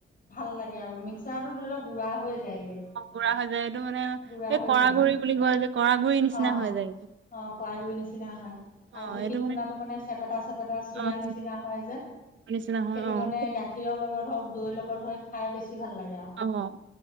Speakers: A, on the left; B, on the right.
A: ভাল লাগে আৰু মিক্সাৰটো ধৰি লওক গুড়া হৈ যায়গে।
B: গু়ৰা হৈ যায়, এইটো মানে
A: গুড়া
B: এই
A: হৈ
B: কৰা
A: যায়
B: গুৰি বুলি কয় যে কৰা গুৰি নিচিনা
A: অ
B: হৈ যায়।
A: অ, কৰাই গুৰি নিচিনা হয়।
B: অ',
A: আৰু ঢেঁকীত
B: এইটো
A: খুন্দাটো মানে চেপেটা চেপেটা চিৰা
B: অ',
A: নিচিনা হয় যে।
B: নিচিনা হয়
A: সেইটো
B: অ',
A: মানে গাখীৰৰ লগত হওঁক, দৈৰ লগত হয়, খাই বেছি ভাল লাগে আৰু।
B: অঁ,